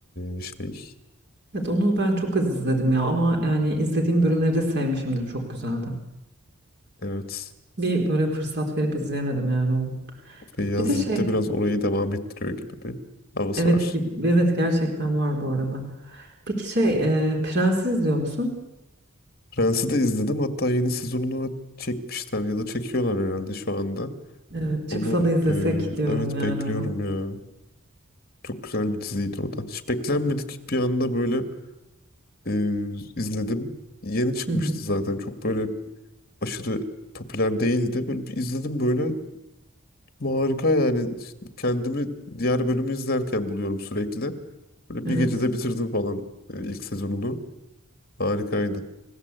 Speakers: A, on the left (about 45°); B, on the right (about 55°).
A: e, şey.
B: Evet onu ben çok az izledim ya ama yani izlediğim bölümleri de sevmişimdir çok güzeldi.
A: Evet
B: Bir böyle fırsat verip izleyemedim yani onu.
A: Feyyaz
B: Bir de şey
A: Yiğit de biraz orayı devam ettiriyor gibi bir havası
B: Evet
A: var.
B: ki evet gerçekten var bu arada. Peki şey e, Prens'i izliyor musun?
A: Prens'i de izledim hatta yeni sezonunu çekmişler ya da çekiyorlar herhalde şu anda.
B: Evet, çıksa
A: Onu
B: da izlesek diyorum
A: e, evet
B: yani
A: bekliyorum
B: ona.
A: ya. Çok güzel bir diziydi o da. Hiç beklenmedik bir anda böyle e, izledim. Yeni çıkmıştı
B: Hı hı.
A: zaten. Çok böyle aşırı popüler değildi. Böyle bir izledim böyle harika yani. İşte Kendimi diğer bölümü izlerken buluyorum sürekli. Böyle bir
B: Evet.
A: gecede bitirdim falan e, ilk sezonunu. Harikaydı.